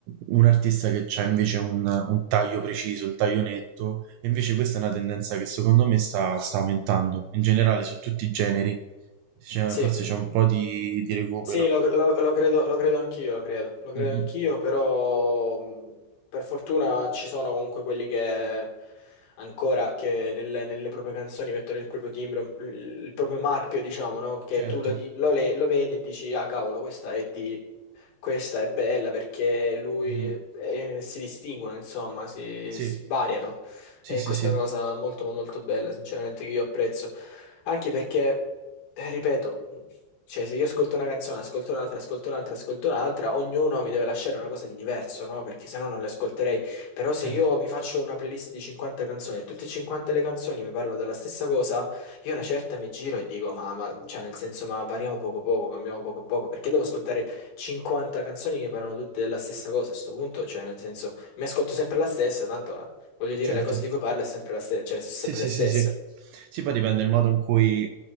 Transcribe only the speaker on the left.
Sì,
sì, lo, lo- lo credo, lo credo anch'io, lo credo, lo credo
anch'io, però mh, per fortuna ci sono comunque quelli che ancora, che nelle, nelle proprie canzoni mettono il proprio timbro, il, il proprio marchio, diciamo, no? Che
tu lo, di- lo le- lo vedi e dici, ah cavolo, questa è di Questa è bella perché lui
eh, si distinguono, insomma, si,
si variano.
E
questa
è una cosa molto, ma molto bella, sinceramente, che io apprezzo. Anche perché, eh, ripeto, cioè, se io ascolto una canzone, ascolto un'altra, ascolto un'altra, ascolto un'altra, ognuno mi deve lasciare una cosa di diverso, no? Perché sennò non le ascolterei. Però se
io mi faccio una playlist di 50 canzoni e tutte e 50 le canzoni mi parlano della stessa cosa, io una certa mi giro e dico, ma, ma- cioè, nel senso, ma variamo poco poco, cambiamo poco poco, perché devo ascoltare 50 canzoni che parlano tutte della stessa cosa a sto punto, cioè nel senso mi ascolto sempre la stessa, tanto eh, voglio dire
le cose di cui parla è sempre la stessa, cioè sono sempre
le stesse.